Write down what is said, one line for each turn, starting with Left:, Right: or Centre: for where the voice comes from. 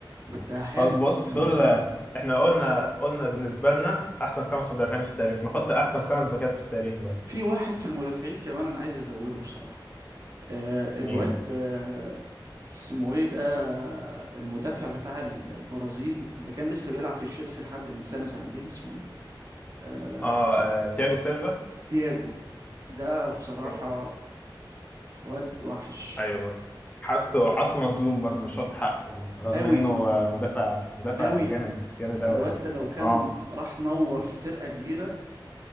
Right: كنت هحل
Left: خلاص بص
Right: <laughs>
Left: دول احنا قلنا قلنا بالنسبه لنا احسن خمس مدافعين في التاريخ نحط احسن خمس باكات في التاريخ بقى
Right: في واحد في المدافعين كمان انا عايز ازوده بصراحه أه...
Left: مين
Right: الواد أه... اسمه ايه ده المدافع بتاع ال- البرازيل اللي كان لسه بيلعب في تشيلسي لحد من سنه سنتين اسمه ايه أه...
Left: اه, آه تياجو سيلفا
Right: تياجو ده بصراحة
Left: تياجو سيلفا.
Right: واد وحش
Left: ايوه برضه حاسه حاسه مظلوم برضه مش واخد حقه رغم
Right: أوي
Left: انه آه، مدافع مدافع
Right: أوي
Left: جامد جامد قوي
Right: الواد
Left: يعني
Right: ده لو كان
Left: اه
Right: راح نور في فرقة كبيرة